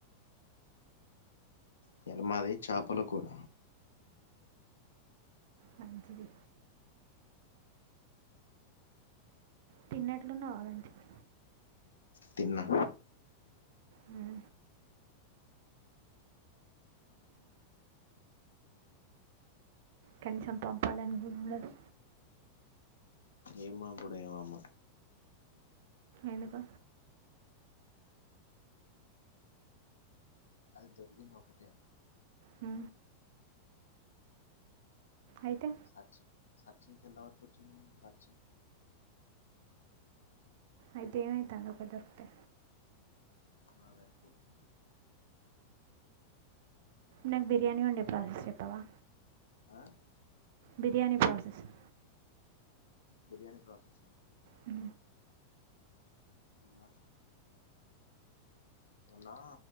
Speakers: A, on the left; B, on the right.
A: ఇయాల మాది చాపల కూర
B: మంచిది తిన్నట్లు ఉన్నావు లంచ్ కి
A: తిన్నా
B: ఉ కనీసం పంపాలని కూడా ఉండదు
A: ఏం పంపుడో ఏమో అమ్మ
B: ఎందుకు
A: అది దొరికింది ఒకటే
B: హు అయితే
A: సర్చు సర్చు ఇంక ఎంతవరకు వచ్చింది సర్చు
B: అయితే ఏమైతాంది ఒకటి దొరికితే
A: మాకు సరిపోదు
B: నాకు బిర్యానీ వండే ప్రాసెస్ చెప్పవా
A: ఆ
B: బిర్యానీ ప్రాసెస్ తుస్
A: బిర్యానీ ప్రాసెస్సా
B: హు
A: వా మోన్నా